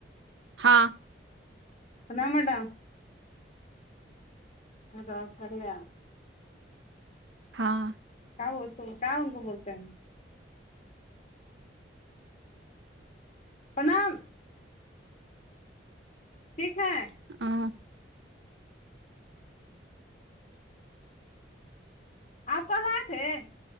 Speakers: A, on the right (about 85°); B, on the left (about 40°).
A: ہاں
B: فلا میڈم <unintelligible>
A: ہاں
B: کیا وہ اس کیا ان کو بولتے ہیں پرنام ٹھیک ہے
A: ام
B: آپ کل اے تھے